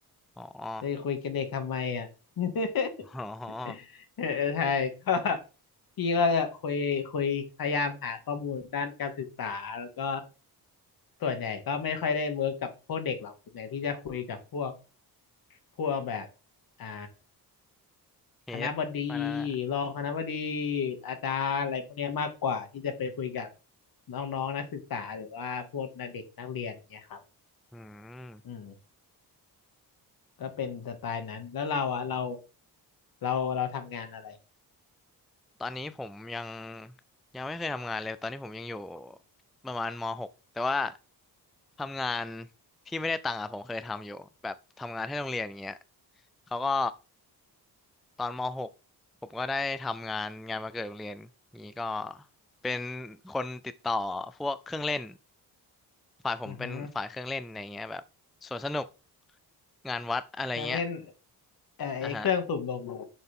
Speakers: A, in the centre; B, on the left (about 60°).
A: อ๋อ
B: จะคุยกับเด็กทำไมอ่ะ <laughs>
A: อ๋อ
B: เออใช่ก็พี่ก็จะคุยคุยพยายามหาข้อมูลด้านการศึกษาแล้วก็ส่วนใหญ่ก็ไม่ค่อยได้เวิร์กกับพวกเด็กหรอกส่วนใหญ่พี่จะคุยกับพวกพวกแบบอ่า
A: เฮดมานะ
B: คณะบดีรองคณะบดีอาจารย์อะไรพวกเนี้ยมากกว่าที่จะไปคุยกับน้องๆนักศึกษาหรือว่าพวกเด็กนักเรียนเนี่ยครับ
A: อืม
B: อืมก็เป็นสไตล์นั้นแล้วเราอะเราเราเราทำงานอะไร
A: ตอนนี้ผมยังยังไม่เคยทำงานเลยตอนนี้ผมยังอยู่ประมาณมหกแต่ว่าทำงานที่ไม่ได้ตังค์อะผมเคยทำอยู่แบบทำงานให้โรงเรียนอย่างเงี้ยเขาก็ตอนมหกผมก็ได้ทำงานงานวันเกิดโรงเรียนนี้ก็เป็นคนติดต่อพวกเครื่องเล่นฝ่ายผมเป็นฝ่ายเครื่องเล่นอะไรเงี้ยแบบสวนสนุก
B: อือฮึ
A: งานวัดอะไรเงี้ย
B: เครื่องเล่นเอ่อไอ้เครื่องสูบลมอะ
A: อ่ะฮะ